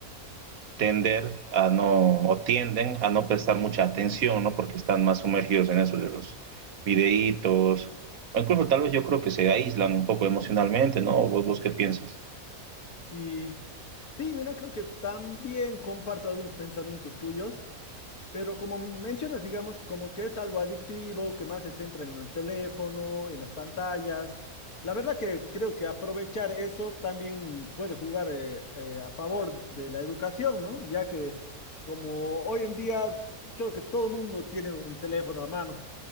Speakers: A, on the right; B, on the left.
A: tender a no, o tienden a no prestar mucha atención, ¿no? Porque están más sumergidos en eso de los videitos, o incluso tal vez yo creo que se aíslan un poco emocionalmente, ¿no? ¿Vos, vos qué piensas?
B: Y Sí, mira, creo que también comparto algunos pensamientos tuyos, pero como mencionas, digamos, como que es algo adictivo, que más se centra en el teléfono, en las pantallas. La verdad que creo que aprovechar eso también puede jugar eh, eh, a favor de la educación, ¿no? Ya que como hoy en día creo que todo el mundo tiene un teléfono a mano